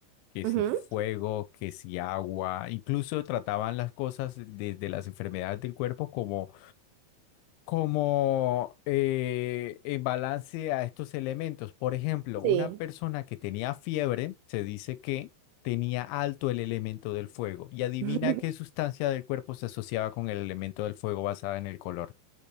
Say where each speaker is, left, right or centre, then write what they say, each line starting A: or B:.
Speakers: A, on the left; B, on the right.
A: Que
B: Ujú,
A: si fuego, que si agua, incluso trataban las cosas desde las enfermedades del cuerpo como como eh, en balance a estos elementos. Por ejemplo, una
B: Sí.
A: persona que tenía fiebre, se dice que tenía alto el elemento del fuego. Y adivina
B: <laughs>
A: qué sustancia del cuerpo se asociaba con el elemento del fuego basada en el color.